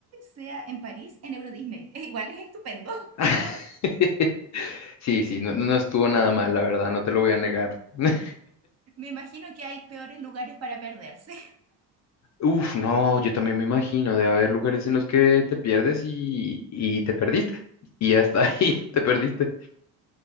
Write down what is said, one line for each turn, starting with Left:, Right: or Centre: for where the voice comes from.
Right: sea en París, en Euro Disney. <laughs> Igual es estupendo.
Left: <laughs> Sí, sí, no, no no estuvo nada mal, la verdad, no te lo voy a negar. <laughs>
Right: Me imagino que hay peores lugares para perderse.
Left: Uf, no, yo también me imagino de haber lugares en los que te pierdes y, y te perdiste. Y hasta ahí <laughs> te perdiste.